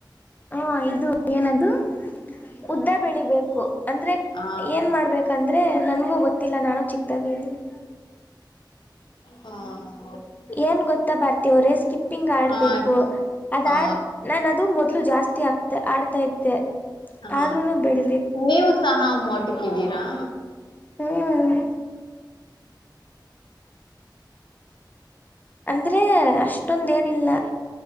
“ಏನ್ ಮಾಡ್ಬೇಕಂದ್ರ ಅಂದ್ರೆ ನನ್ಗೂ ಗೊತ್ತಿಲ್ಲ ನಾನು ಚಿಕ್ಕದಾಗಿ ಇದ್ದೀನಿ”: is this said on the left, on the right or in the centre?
Left